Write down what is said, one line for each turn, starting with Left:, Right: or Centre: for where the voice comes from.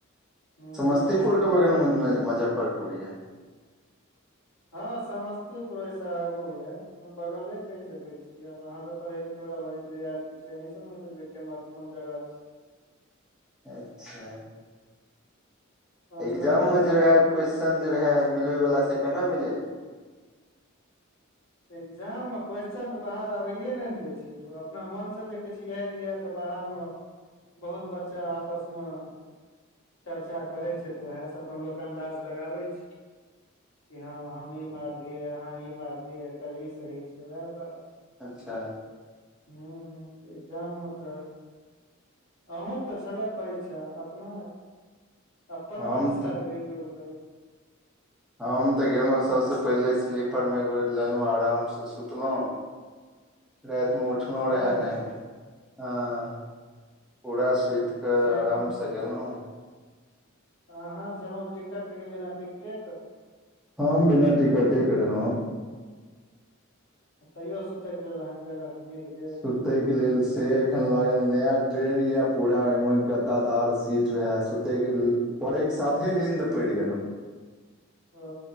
Left: हूँ
Centre: समस्तीपुरके बगलमे ने मुजफ्फरपुर यऽ
Left: हँ समस्तीपुर से आगू ये बगले कहि सकैत छी छी आब अहाँ सब पढ़ै लिखैबला विद्यार्थि छी अहीं सब ने कहबै जे केम्हर कोन जगह छै
Centre: अच्छा
Left: पाँच
Centre: एग्जाम
Left: नम्बर
Centre: मे
Left: प्लेटफॉर्म
Centre: जे रहै क्वेेशस्चन जे रहै मिलबै वला से केना मिलेलियै
Left: एग्जाम मे क्वेेश्चन तऽ बाहर आबैए नहि ने दय छै अपना मन से जे किछु यादि ये तऽ बाहर मे बहुत बच्चा आपस मे चर्चा करै छै तऽ उएह से अपन लोक अन्दाज लगाबै छै कि हँ हम ई मारलियै अहाँ ई मारलियै एकर ई सही छै उएह बात छै
Centre: अच्छा
Left: हूंम्म इग्जाम मे तऽ अहूँके तऽ छलै परीक्षा अपनो अपन
Centre: हम
Left: परीक्षाके
Centre: तऽ
Left: रिव्यू देबै
Centre: हम तऽ गेलहुँ सबसे पहिले स्लीपर मे बेड लेलहुँ आराम से सुतलहुँ राति मे उठलौं
Left: सैह
Centre: रहे नहि हँ पूरा सुति कऽ
Left: स्लीपर
Centre: आराम से तऽ गेलौं
Left: अहाँ छलहुँ टिकटके की बिना टिकटेके
Centre: हमँ बिना टिकटे के रहौं
Left: तैयो सुतय के लेल अहाँके जगह मिल गेल
Centre: सुत तहि के लेल से एखन लागल नया ट्रेन ये पूरा ओइमे गद्दादार सीट रैहे सुत तइ पड़े के साथे नीन्द पड़ि गेलौं
Left: ओ